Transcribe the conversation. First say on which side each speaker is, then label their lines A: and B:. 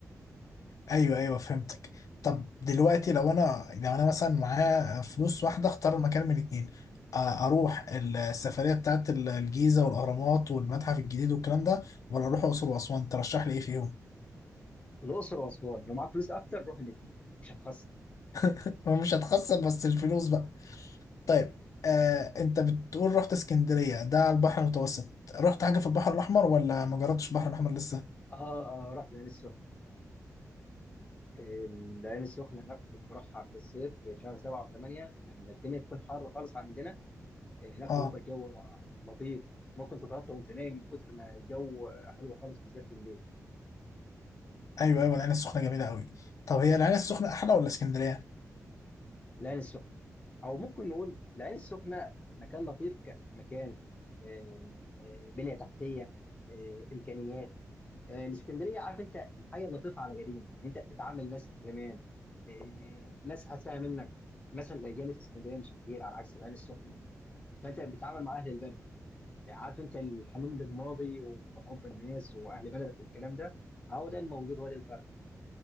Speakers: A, on the left (about 65°); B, on the left (about 20°).
A: ايوه ايوه فهمتك طب دلوقتي لو انا لو انا مثلا معايا فلوس واحده اختار مكان من اتنين أ- اروح السفريه بتاعت ال- الجيزه والاهرامات والمتحف الجديد والكلام ده ولا اروح الاقصر واسوان ترشح لي ايه فيهم
B: الاقصر واسوان لو معاك فلوس اكتر روح الاثنين مش هتخسر
A: <laughs> مش هتخسر بس الفلوس بقى طيب آه، انت بتقول رحت اسكندريه ده على البحر المتوسط رحت حاجه في البحر الاحمر ولا ما جربتش البحر الاحمر لسه
B: اه اه رحت العين السخنه العين السخنه هناك كنت بروحها في الصيف في شهر سبعة وثمانية لما الدنيا تكون حر خالص عندنا هناك
A: اه
B: بيبقى الجو لطيف ممكن تتغطى وانت نايم من كتر ما الجو حلو خالص بالذات في الليل
A: ايوه ايوه العين السخنه جميله قوي طب هي العين السخنه احلى ولا اسكندريه
B: العين السخنه او ممكن نقول العين السخنه مكان لطيف كمكان آه، آه، بنيه تحتيه آه، امكانيات آه، الاسكندريه عارف انت الحاجه اللطيفه على قديمه ان انت بتعامل ناس زمان آه، ناس حاساها منك مثلا الاجيال في اسكندريه مش كتير على عكس العين السخنه فانت بتتعامل مع اهل البلد عارف انت الحنين للماضي وحب الناس واهل بلدك والكلام ده آه، هو ده الموجود هو ده الفرق